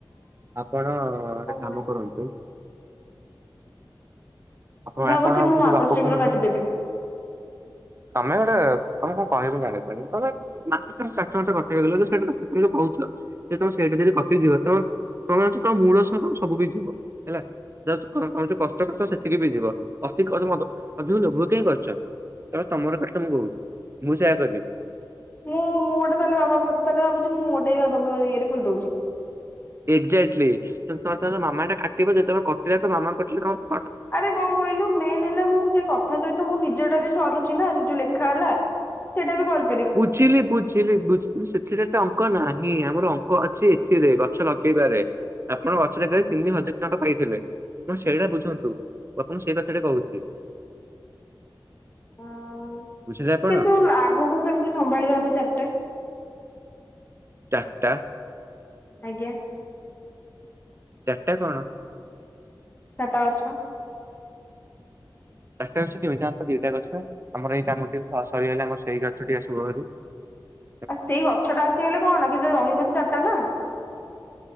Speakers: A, on the right; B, on the left.
A: ଆପଣଟେ କାମ
B: କରିବି
A: କରନ୍ତୁ ଆପ
B: ଭାବୁଛି
A: ଆପଣ ଆଉ
B: ମୁଁ
A: କିଛି
B: ମାତାଶ୍ରୀଙ୍କର
A: ଗପ କୁହନ୍ତୁନ
B: କାଟିଦେବି।
A: ତମେ ଗୋଟେ ତମେ କଣ କହିବୁ ଜାଣିପାରନି ତ <unintelligible> କଥା ହେଇଗଲା ତ ସେ କହୁଛ ଯେ ତମେ ସେଇଟା ଯଦି କଟି ଯିବ, ତମ ତମେ ଜଛ ତମ ମୂଳ ସହିତ ସବୁ ବି ଯିବ ହେଲା। ତମେ ଯୋଉ କଷ୍ଟ କର ସେତିକି ବି ଯିବ ଅତି ଲୋଭ କେହିଁ କରିଛ? ତ ତମର <unintelligible> ମୁଁ ସେୟା କରିବି
B: ମୁଁ ଗୋଟେ ତାହେଲେ ବାବା କ ତାହଲେ ଭାବୁଛି ମୁ ମୋଟା ବି ବାବାଙ୍କ ଇଏରେ ଖୋଲି ଦଉଛି
A: ଏକ୍ଜାକ୍ଟଲି ତ ମାମା ଟା କାଟିବ ଯେତେବେଳେ, କଟିଲେ ତ ମାମା କିଲେ ତ
B: ଆରେ କଣ କହିଲୁ ମେନ୍ ହେଲେ ମୁଁ କ ସେଇ କଥା କଥା ସହିତ ମୁଁ ନିଜଟା ବି ସରୁଛି ନା ସେ ଯୋଉ ଲେଖା ହେଲା ସେଟା ବି କର
A: ବୁଝିଲି, ବୁଝିଲି, ବୁଝଛୁ ସେ ଏଥିରେ ତ ଅଙ୍କ ନାହିଁ ଆମର ଅଙ୍କ ଅଛି ଏଥିରେ ଗଛ ଲଗେଇବାରେ। ଆପଣ ଗଛ ଜାଗାରେ ତିନି ହଜାର ଟଙ୍କା ପାଇଥିଲେ ହଣ ସେଇଟା ବୁଝନ୍ତୁ। ମୁ ଆପଣ ସେଇ କଥାଟେ କହୁଛି
B: ଉଁ
A: ବୁଝିଲେ ଆପଣ
B: କିନ୍ତୁ ଆଗକୁ କେମିତି ସମ୍ଭାଳିବା ଆମେ ଚାରିଟା
A: ଚାରଟା?
B: ଆଜ୍ଞା।
A: ଚରିଟା କଣ <inaudible>
B: ସେଟା ଅଛ <inaudible>
A: ଚାରିଟା ଗଛ କେମିତି? ଆମର ଦିଟା ଗଛ। ଆମର ଏଇ କାମ ସରିଗଲେ ଆମ ସେଇ ଗଛ ଟିକ ଆସବ ହେରି <unintelligible>
B: ଆଉ ସେଇ ଗଛ ଟା ଆସିଗଲେ କଣ କିନ୍ତୁ ରହିବ ଚାରଟା ନା।